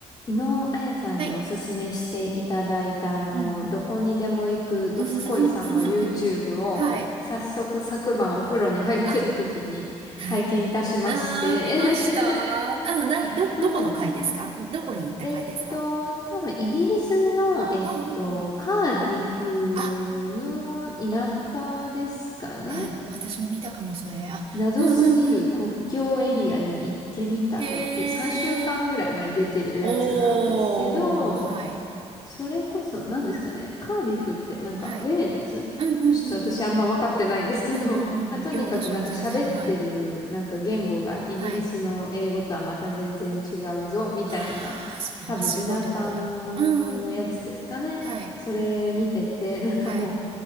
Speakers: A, on the left; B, on the right.
A: 昨日、あやさんにおすすめしていただいた、
B: はい。
A: あの、
B: うん
A: どこにでも行くドスコイさんの
B: うん。
A: YouTube
B: <laughs>
A: を、
B: はい。
A: 早速昨晩お風呂に入ってる時に拝見いたしまして。
B: あ、はい。うーん、見ました。あの、なん、
A: <laughs>
B: ど、
A: うん。
B: どこの回ですかどこに行った回ですか
A: えっと、多分イギリスの、えっと、
B: あ、うんうん。
A: カーディフの田
B: あ、
A: 舎ですかね。
B: あの、私も見たかも、それ。あ、
A: 謎すぎる国境エリアに行ってみたぞっていう3週間ぐらい前に出てるやつなんですけど、
B: うんうんうんうん。へえ。おー、はい。
A: それこそ、何ですかね。カーディフってなんか、
B: はい。
A: ウェールズちょっと私あんま分かってないんですけど、
B: うんうんうんうんうん。うんうんうんうん。
A: <laughs> まあ、とにかくなんか喋ってるなんか言語がイギリスの英語とはまた全然違うぞ、
B: いや、私も全然、はい。はい。
A: みたいな。
B: ああ、それはすごいところだ。
A: 多分田舎のやつですかね。
B: うんうんうん。はい。
A: それ見てて、なんかも
B: はい。